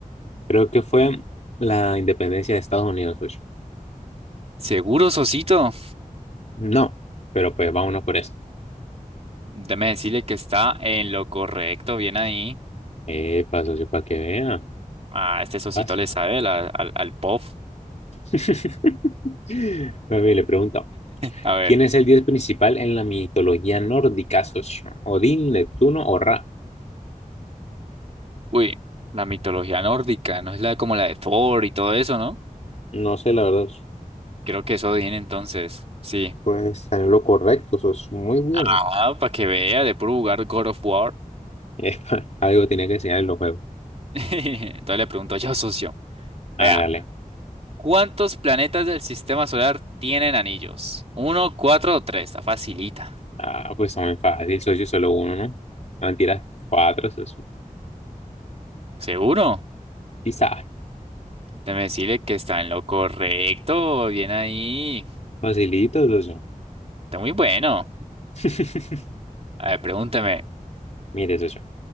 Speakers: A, on the left; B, on the right.
A: Creo que fue la independencia de Estados Unidos, socio.
B: Seguro, Sosito.
A: No, pero pues vámonos por eso.
B: Déjeme decirle que está en lo correcto, bien ahí.
A: Epa, socio, para que vea.
B: Ah, este Sosito
A: Fácil.
B: le sabe la- al, al pop.
A: <laughs> Mami, le pregunto,
B: A ver,
A: ¿quién es el dios principal en la mitología nórdica, socio? ¿Odín, Neptuno o Ra?
B: uy, la mitología nórdica, no es la como la de Thor y todo eso, ¿no?
A: No sé, la verdad.
B: Creo que eso viene entonces. Sí.
A: Pues está en lo correcto, eso es muy bien.
B: Ah, para que vea, de puro jugar God of War.
A: Epa, algo tenía que enseñar en los juegos.
B: <laughs> Entonces le pregunto yo, socio. Vea.
A: Hágale.
B: ¿Cuántos planetas del sistema solar tienen anillos? ¿Uno, cuatro o tres? Está facilita.
A: Ah, pues está muy fácil, socio, solo uno, ¿no? No mentiras, cuatro, socio.
B: ¿Seguro?
A: quizá
B: Déjeme decirle que está en lo correcto. Bien ahí.
A: Facilito, socio.
B: Está muy bueno.
A: <laughs>
B: A ver, pregúnteme.
A: Mire, socio.